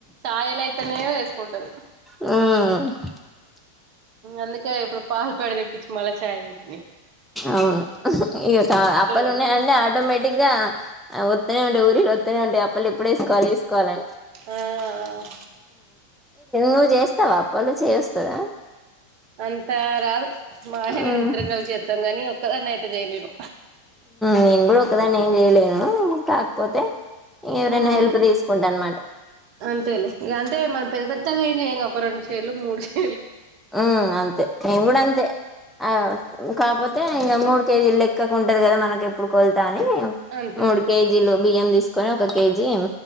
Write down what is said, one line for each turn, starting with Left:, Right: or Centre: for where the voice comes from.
Right: చాయిల అయితేనే వేస్కుంటది.
Centre: మ్
Right: అందుకే ఇప్పుడు పాలు ప్యాకెట్ తెప్పిచి మళ్ళ చాయ్ పెట్టిన ఇ
Centre: అవును ఇగ అప్పల్
Right: అంతే
Centre: ఉన్నాయంటే ఆటోమేటిక్గా అత్తనే ఉంటయి ఊరిల్ వస్తనే ఉంటయి అప్పుల్ ఎప్పుడు ఏస్కోవాలి ఎస్కోవాలని
Right: ఆ
Centre: నువ్ చేస్తవా అప్పలు చేయవస్తాదా
Right: అంతా రాదు మా ఆయన
Centre: హ్మ్.
Right: నేను ఇద్దరం కలిసి చేస్తాం గానీ ఒక్కదాన్నీ అయితే చేయలేను.
Centre: నేన్ గుడా ఒకదాన్ని ఏం చేయలేను కాకపోతే ఎవరైనా
Right: ఉమ్
Centre: హెల్ప్ తీస్కుంటా అన్నమాట.
Right: అంతేలే ఇగ అంటే మనం పెద్ద పెద్దగా ఏం చేయంగా ఒక రెండు షేర్లు మూడు షే
Centre: ఆ అంతే నేన్ గుడా అంతే ఆ కాక్పోతే ఇగ మూడు కేజీలు లెక్కకు ఉంటది కదా మనకెప్పుడు కొళ్తా
Right: అంతే
Centre: మూడు కేజీలు బియ్యం తీస్కొని ఒక కేజీ